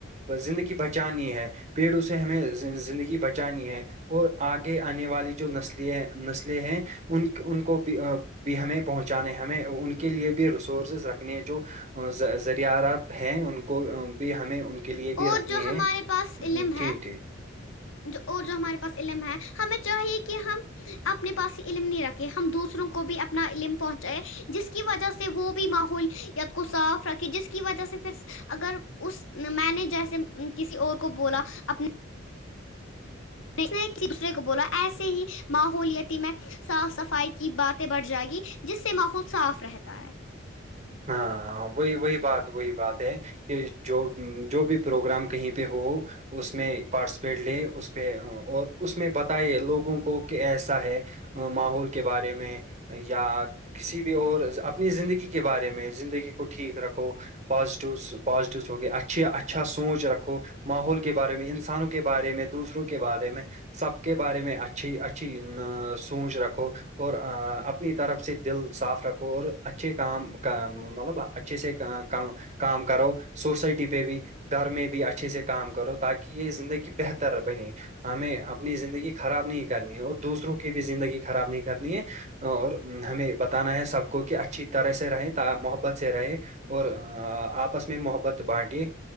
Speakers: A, on the right (about 35°); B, on the left (about 85°).
A: زندگی بچانی ہے پیڑوں سے ہمیں زندگی بچانی ہے اور آگے آنے والی جو نسلی نسلیں ہیں ان ان کو بھی بھی ہمیں پہنچانے ہمیں ان کے لیے بھی ریسورسز رکھنے ہیں جو ذریعارات ہیں ان کو بھی ہمیں ان کے لیے بھی
B: اور
A: رکھنے
B: جو ہمارے
A: ہیں
B: پاس علم
A: ٹھیک
B: ہے
A: ٹھیک <inaudible>
B: جو اور جو ہمارے پاس علم ہے ہمیں چاہیے کہ ہم اپنے پاس ہی علم نہیں رکھے ہم دوسروں کو بھی اپنا علم پہنچائے جس کی وجہ سے وہ بھی ماحول یا کو صاف رکھے جس کی وجہ سے پھر اگر اس میں نے جیسے کسی اور کو بولا اپنے میں نے ایک دوسرے کو بولا ایسے ہی ماحولتی میں صاف صفائی کی باتیں بڑھ جائے گی جس سے ماحول صاف رہتا ہے
A: ہاں وہی وہی بات وہی بات ہے کہ جو جو بھی پروگرام کہیں پہ ہو اس میں پارٹیسپیٹ لے اس پہ اور اس میں بتائے لوگوں کو کہ ایسا ہے ماحول کے بارے میں یا کسی بھی اور اپنی زندگی کے بارے میں زندگی کو ٹھیک رکھو پازیٹیو پازیٹیوس ہوگئے اچھی اچھا سوچ رکھو ماحول کے بارے میں انسانوں کے بارے میں دوسروں کے بارے میں سب کے بارے میں اچھی اچھی سوچ رکھو اور اپنی طرف سے دل صاف رکھو اور اچھے کام مطلب اچھے سے کام کرو سوسائٹی پہ بھی گھر میں بھی اچھے سے کام کرو تاکہ یہ زندگی بہتر بنے ہمیں اپنی زندگی خراب نہیں کرنی ہے اور دوسروں کی بھی زندگی خراب نہیں کرنی ہے اور ہمیں بتانا ہے سب کو کہ اچھی طرح سے رہے محبت سے رہے اور آپس میں محبت بانٹیے